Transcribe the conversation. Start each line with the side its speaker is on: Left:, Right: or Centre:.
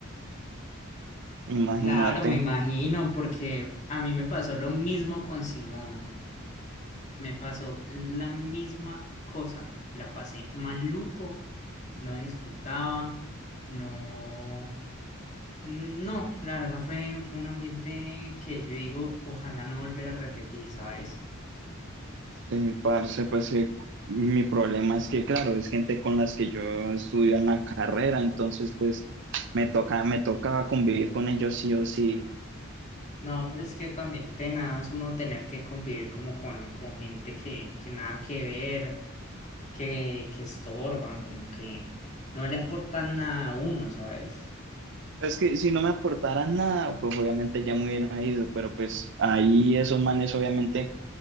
Right: imagínate.
Left: claro, me imagino, porque a mí me pasó lo mismo con Simón. Me pasó la misma cosa. La pasé maluco, no disfrutaba, no. No, la verdad fue, fue un ambiente que yo digo, ojalá no volver a repetir, ¿sabes?
Right: Sí, parce, pues que mi problema es que, claro, es gente con las que yo estudio en la carrera, entonces pues me toca, me tocaba convivir con ellos sí o sí.
Left: No, pero es que también tenaz uno tener que convivir como con, con gente que, que nada que ver, que, que estorban, como que no le aportan nada a uno, ¿sabes?
Right: Pues que si no me aportaran nada, pues obviamente ya me hubiera ido, pero pues ahí esos manes obviamente